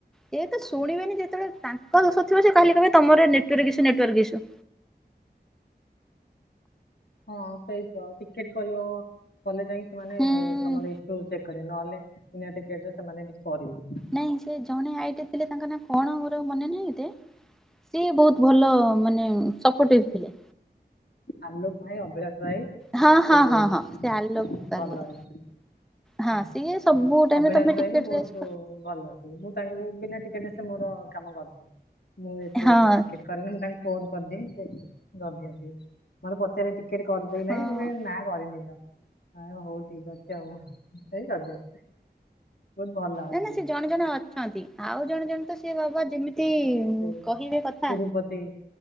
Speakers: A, in the centre; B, on the left.
A: ଏ ତ ଶୁଣିବନି ଯେତେବେଳେ ତାଙ୍କ ଦୋଷ ଥିବ ସେ କାେ କହିବେ ତମର ନେଟକ କିସୁ ନେଟୱର୍କ ଇସୁ
B: ହଁ ସେଇ ତ ଟିକେଟ କରିବ ଭଲେ ଯାଇକି ସେମାନେ
A: ହୁଁ।
B: ତର ଚକ୍ କରିବ ନହେଲେେଟ ରେ ସେମାନେ କି କରିବେନି।
A: ନାଇଁ ସେ ଜଣେ ଆଇଟି ଥିଲେ ତାଙ୍କ ନାଁ କଣ ମୋର ମନେ ନାହିଁତ। ସିଏ ବହୁତ ଭଲ ମାନେ ସପୋର୍ଟିଭ ଥିଲେ।
B: ଆଲୋକ ଭାଇ ଅଭିଳାଷ ଭାଇ
A: ହଁ
B: ସେ
A: ହଁ
B: ବହୁତ
A: ହଁ ହଁ ସେ ଆଲୋକ ସାର୍
B: ଭଲ
A: ବୋଧେ।
B: ହେଇଥିଲେ।
A: ହଁ
B: ହୁଁ
A: ସିଏ ସବୁ ଟାଇମରେ
B: ଅଭିନାସ
A: ତମେ
B: ପାଇଁ
A: ଟିକେ
B: ବି ବହୁତ
A: ଡ୍ରେସ୍
B: ଭଲ। ମୁଁ ତାଙ୍କୁ ବି ବିନା ଟିକେଟ ସେ ମୋର କାମ କରିଦିଏ ମୁଁ <unintelligible>
A: ହଁ
B: କରେନି ତାଙ୍କୁ ଫୋନ କରିଦିଏ ସେ କରିଦିଅନ୍ତି। ମୋତେ ପଚାରି ଟିକେଟ୍ କରିଛୁ କି ନାଇଁ
A: ହଁ
B: ମୁଁ ନାଁ କରିନି ତ ଆ ହଉ ଠିକ ଅଛି ଆଉ। ସେଇ ବହୁତ ଭଲ
A: ନା
B: ଅଛି।
A: ନା ସେ ଜଣେ ଜଣେ ଅଛନ୍ତି ଆଉ ଜଣେ ଜଣେ ତ ସେ ବାବା ଯେମିତି
B: ତାହେଲେ ଏ
A: କହିବେ କଥା
B: ତିରୁପତି